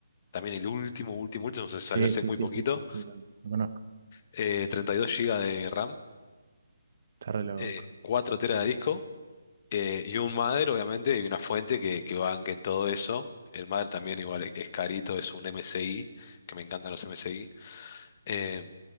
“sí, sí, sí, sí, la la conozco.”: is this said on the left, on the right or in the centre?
Right